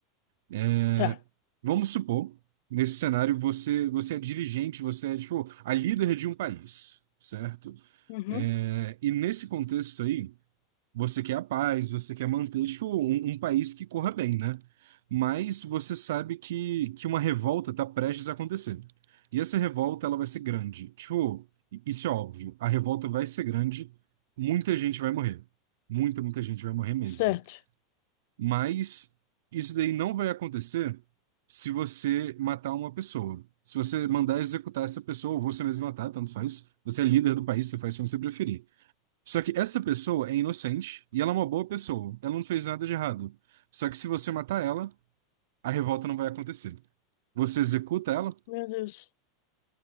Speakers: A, on the right (about 70°); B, on the left (about 50°).
A: É,
B: tá.
A: vamos supor, nesse cenário, você, você é dirigente, você é, tipo, a líder de um país, certo?
B: Uhum.
A: É, e nesse contexto aí. Você quer a paz, você quer manter tipo, um, um país que corra bem, né? Mas você sabe que, que uma revolta está prestes a acontecer. E essa revolta ela vai ser grande. Tipo, isso é óbvio. A revolta vai ser grande, muita gente vai morrer. Muita, muita gente vai morrer mesmo.
B: Certo.
A: Mas isso daí não vai acontecer se você matar uma pessoa. Se você mandar executar essa pessoa, ou você mesmo matar, tanto faz. Você é líder do país, você faz como você preferir. Só que essa pessoa é inocente e ela é uma boa pessoa. Ela não fez nada de errado. Só que se você matar ela, a revolta não vai acontecer. Você executa ela,
B: Meu Deus.